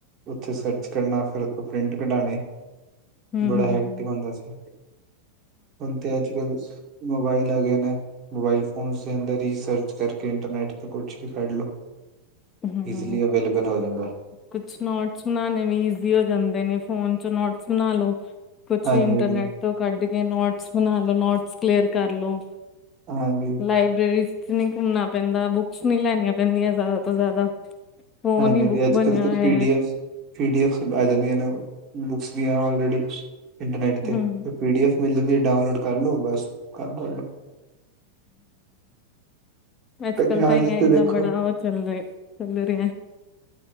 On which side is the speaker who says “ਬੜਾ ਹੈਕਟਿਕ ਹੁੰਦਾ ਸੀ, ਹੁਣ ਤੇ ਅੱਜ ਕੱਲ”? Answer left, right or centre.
Right